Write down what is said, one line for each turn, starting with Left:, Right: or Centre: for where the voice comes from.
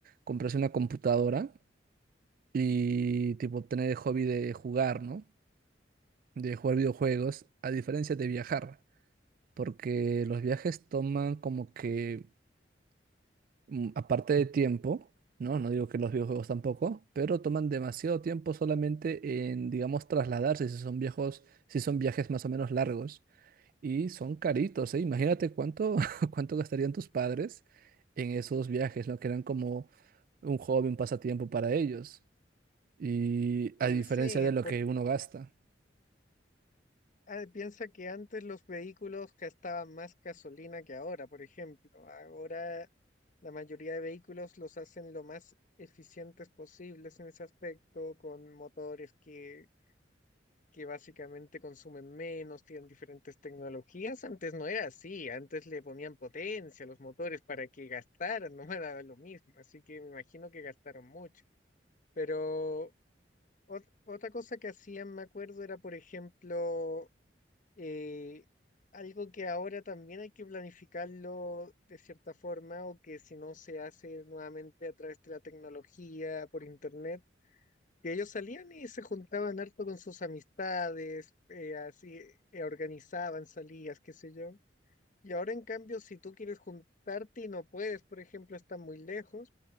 Right: comprarse una computadora y tipo tener el hobby de jugar, ¿no? De jugar videojuegos, a diferencia de viajar, porque los viajes toman como que mm, aparte de tiempo, ¿no? No digo que los videojuegos tampoco, pero toman demasiado tiempo solamente en, digamos, trasladarse, si son viejos, si son viajes más o menos largos. Y son caritos, ¿eh? Imagínate cuánto, <laughs> cuánto gastarían tus padres en esos viajes, ¿no? Que eran como un hobby, un pasatiempo para ellos. Y
Left: Y
Right: a diferencia
Left: sí,
Right: de lo
Left: por,
Right: que uno gasta.
Left: Ah, piensa que antes los vehículos gastaban más gasolina que ahora, por ejemplo. Ahora la mayoría de vehículos los hacen lo más eficientes posibles en ese aspecto, con motores que, que básicamente consumen menos, tienen diferentes tecnologías. Antes no era así, antes le ponían potencia a los motores para que gastaran, <laughs> no me daba lo mismo, así que me imagino que gastaron mucho. Pero ot- otra cosa que hacían, me acuerdo, era, por ejemplo, eh, algo que ahora también hay que planificarlo de cierta forma o que si no se hace nuevamente a través de la tecnología, por internet, que ellos salían y se juntaban harto con sus amistades, eh, así eh, organizaban salidas, qué sé yo. Y ahora en cambio, si tú quieres juntarte y no puedes, por ejemplo, están muy lejos.